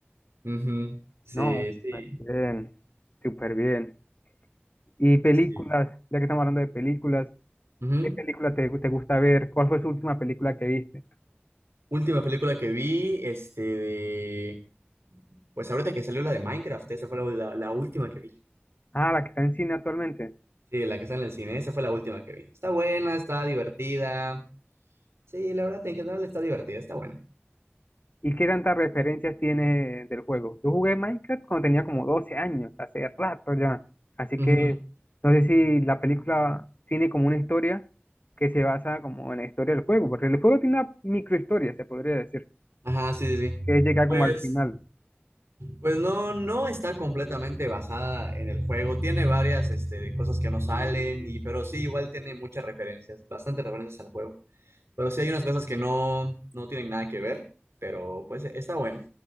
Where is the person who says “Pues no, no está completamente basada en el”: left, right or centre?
Right